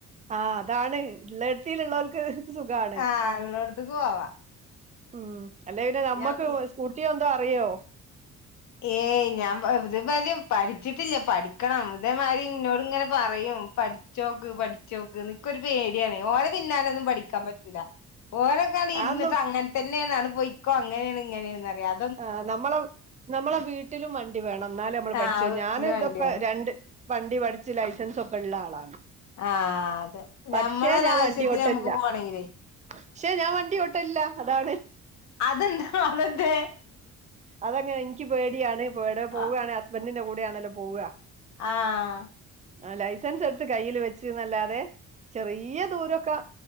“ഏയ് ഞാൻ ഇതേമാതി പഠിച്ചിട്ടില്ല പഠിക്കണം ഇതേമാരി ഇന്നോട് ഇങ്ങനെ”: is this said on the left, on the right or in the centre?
Left